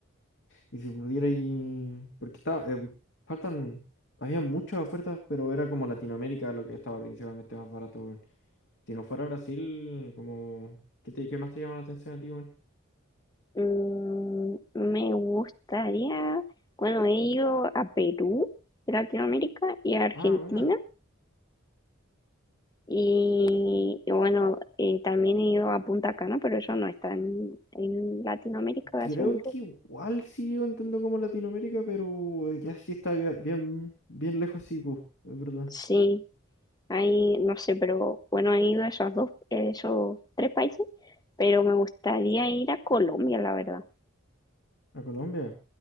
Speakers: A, on the left (about 60°); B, on the left (about 20°).
A: y si pudiera ir... Porque estaba... eh, faltan... Había muchas ofertas, pero era como Latinoamérica lo que estaba principalmente más barato, weón. Si no fuera Brasil, como... ¿Qué, te, qué más te llama la atención a ti, weón?
B: Mm, me gustaría, bueno, he ido a Perú, de Latinoamérica, y a Argentina,
A: Ah, bueno.
B: y, y bueno, eh, también he ido a Punta Cana, pero eso no está en, en Latinoamérica,
A: Creo
B: según
A: que
B: yo.
A: igual sigue contando como Latinoamérica, pero eh, ya sí está bien, bien, bien lejos, sí, pues, es verdad.
B: Sí, ahí, no sé, pero bueno, he ido a esos dos, esos tres países, pero me gustaría ir a Colombia, la verdad.
A: ¿A Colombia?